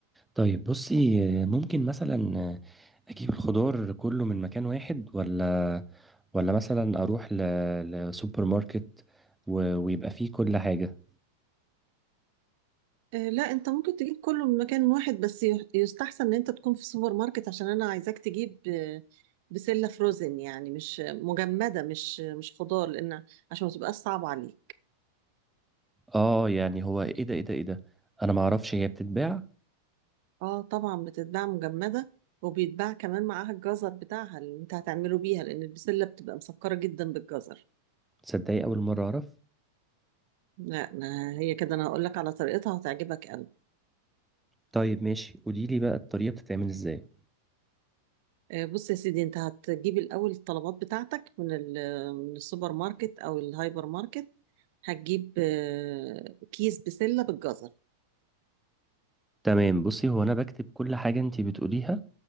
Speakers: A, in the centre; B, on the right.
A: طيب بصي ممكن مثلا اجيب الخضار كله من مكان واحد ولا ولا مثلا اروح ل... لسوبر ماركت و... ويبقى فيه كل حاجة
B: آه لا أنت ممكن تجيب كله من مكان واحد بس يح- يستحسن إن أنت تكون في سوبر ماركت عشان أنا عايزاك تجيب آه، بسلة فروزن يعني مش مجمدة مش مش خضار لأن عشان ما تبقاش صعبة عليك
A: اه يعني هو ايه ده ايه ده ايه ده انا ما اعرفش هي بتتباع
B: اه طبعا بتتباع مجمدة وبيتباع كمان معاها الجزر بتاعها اللي انت هتعمله بيها لان البسلة بتبقى مسكرة جدا بالجزر
A: تصدقي اول مرة اعرف
B: لا أنا هي كده انا هقول لك على طريقتها هتعجبك قوي
A: طيب ماشي قولي لي بقى الطريقة بتتعمل ازاي
B: آه، بص يا سيدي انت هتجيب الاول الطلبات بتاعتك من ال- من السوبر ماركت او الهايبر ماركت هتجيب آه، كيس بسلة بالجزر
A: تمام بصي هو انا بكتب كل حاجة انتي بتقوليها